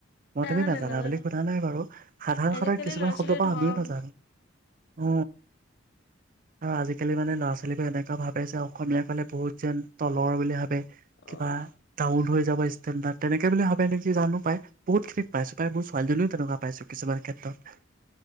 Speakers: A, on the right; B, on the left.
A: মই
B: নাজানে
A: তুমি নাজানা
B: নাজানে।
A: বুলি সোধা নাই বাৰু সাধাৰণ
B: আজিকালি
A: সদ কিছুমান
B: ল'ৰা
A: শব্দ
B: ছোৱালীয়ে
A: পা
B: ধৰ্ম
A: আমিও নাজানোঁ। অ আৰু আজিকালি মানে ল'ৰা ছোৱালীবোৰ এনেকুৱা ভাৱে যে অসমীয়া কলে বহুত যেন তলৰ বুলি ভাবে কিবা
B: অ',
A: ডাউন হৈ যাব। তে তেনেকৈ বুলি ভাৱে নেকি জানো পায়। বহুত খিনি পাইছো পাই মোৰ ছোৱালীজনও তেনেুৱা পাইছো কিছুমান ক্ষেত্ৰত।